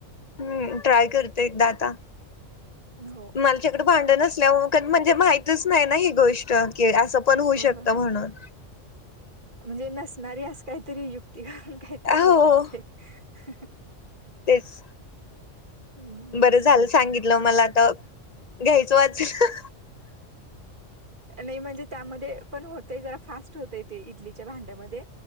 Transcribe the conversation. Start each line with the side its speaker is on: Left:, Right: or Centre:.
Left: हम्म ट्राय करते एकदा आता.
Right: हो
Left: मल तिकडं भांड नसल्यावर -- पण म्हणजे माहितच नाही ना ही गोष्ट -- कि असं पण होऊ
Right: हा
Left: शकत
Right: हा
Left: म्हणून
Right: हा म्हणजे नसणारी अस काहीतरी युक्त -- त करून काहीतरी होऊ
Left: हो
Right: शकतयं. ह.
Left: तेच.
Right: हम्म
Left: बरं झालं सांगि तलं मला तर घ्यायचं वाचल.
Right: नाही म्हणजे त्यामध्ये पण होतय, जरा फास्ट होतय ते इडलीच्या भांड्यामध्ये.